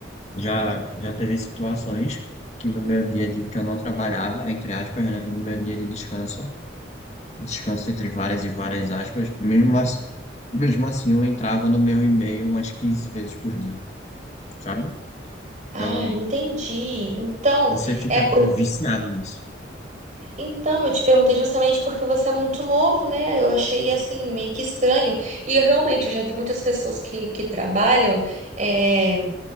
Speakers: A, on the left (about 35°); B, on the right (about 40°).
A: já, já teve situações que no meu dia de que eu não trabalhava, entre aspas, né, e no meu dia de descanso, descanso entre várias e várias aspas, mesmo assim, mesmo assim eu entrava no meu e-mail umas 15 vezes por dia, sabe?
B: Ah,
A: Então,
B: entendi. Então,
A: você fica
B: é, eu-
A: viciado nisso.
B: então eu te perguntei justamente porque você é muito novo, né? Eu achei assim meio que estranho. E eu realmente eu já vi muitas pessoas que, que trabalham eh,